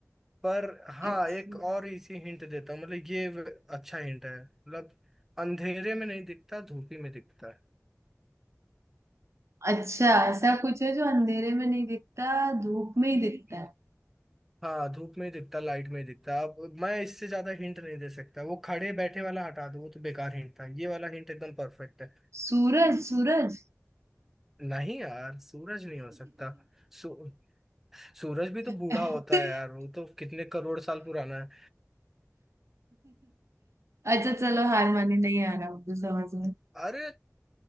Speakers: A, in the centre; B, on the right (about 60°).
A: पर हाँ
B: अच्छा
A: एक और इसी हिंट देता हूँ मतलब ये व- अच्छा हिंट है मतलब अंधेरे में नहीं दिखता धूप ही में दिखता
B: अच्छा ऐसा कुछ है जो अंधेरे में नहीं दिखता धूप में ही दिखता
A: है
B: है
A: हाँ धूप में ही दिखता लाइट में ही दिखता अब मैं इससे ज्यादा हिंट नहीं दे सकता वो खड़े बैठे वाला हटा दो वो तो बेकार हिंट था ये वाला हिंट एकदम परफेक्ट है
B: सूरज सूरज
A: नहीं यार सूरज नहीं हो सकता सू, सूरज भी तो
B: <laughs>
A: बूढ़ा होता है यार वो तो कितने करोड़ साल पुराना है
B: अच्छा चलो हार मानी नहीं आ रहा मुझे समझ में
A: अरे